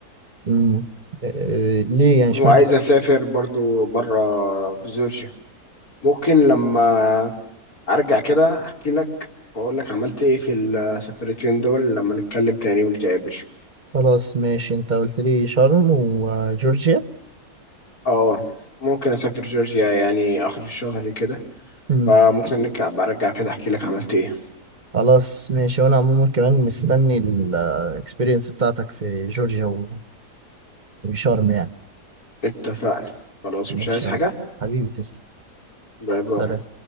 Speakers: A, on the right; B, on the left.
A: مم. إيه ليه يعني اشمعنى
B: وعايز
A: شرم؟
B: اسافر برضو برا في جورجيا ممكن لما ارجع كده احكي لك واقول لك عملت ايه في السفرتين دول لما نتكلم تاني ونتقابل
A: خلاص ماشي انت قلت لي شرم وجورجيا
B: اه ممكن اسافر جورجيا يعني اخر الشهر كده
A: مم.
B: فممكن نرجع برجع كده احكي لك عملت ايه
A: خلاص ماشي وانا عموما كمان مستني الاكسبيرينس بتاعتك في جورجيا و- وشرم يعني
B: اتفقنا خلاص
A: ماشي
B: مش عايز حاجة
A: يلا حبيبي تسلم
B: باي
A: سلام
B: باي